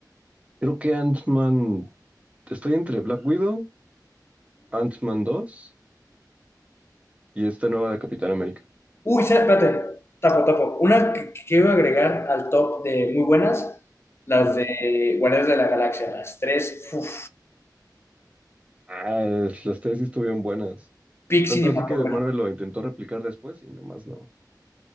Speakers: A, on the right (about 20°); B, on the left (about 35°).
A: Creo que Ant-Man. Estoy entre Black Widow, Ant-Man 2 y esta nueva de Capitán América.
B: Uy, sa- espérate, tapo, tapo. Una que, que quiero agregar al top de muy buenas, las
A: Ajá.
B: de Guardianes de la Galaxia, las tres, uf,
A: Ah, las tres sí estuvieron buenas.
B: peak
A: Tanto
B: cinematográfico.
A: así que Marvel lo intentó replicar después y nomás no.